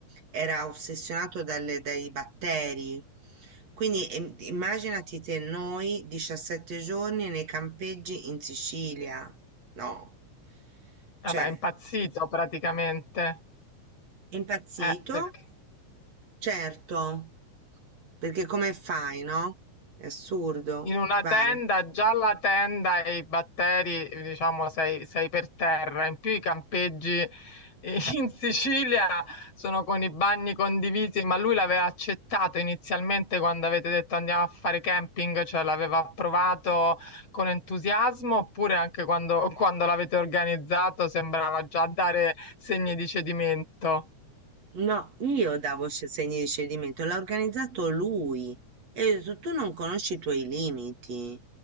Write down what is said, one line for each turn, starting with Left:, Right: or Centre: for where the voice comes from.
Right: era ossessionato dalle- dai batteri. Quindi em- immaginati te noi 17 giorni nei campeggi in Sicilia. No,
Left: vabbè,
Right: cioè,
Left: è impazzito praticamente.
Right: è impazzito?
Left: Eh, perché?
Right: Certo, perché come fai, no? È assurdo,
Left: In una
Right: ti pare?
Left: tenda, già la tenda e i batteri, eh, diciamo, sei, sei per terra. In più i campeggi eh, <laughs> in Sicilia sono con i bagni condivisi, ma lui l'aveva accettato inizialmente quando avete detto andiamo a fare camping, cioè l'aveva approvato con entusiasmo, oppure anche quando, <laughs> quando l'avete organizzato sembrava già dare segni di cedimento.
Right: No, io davo se- segni di cedimento, l'ha organizzato lui. E ho detto, tu non conosci i tuoi limiti,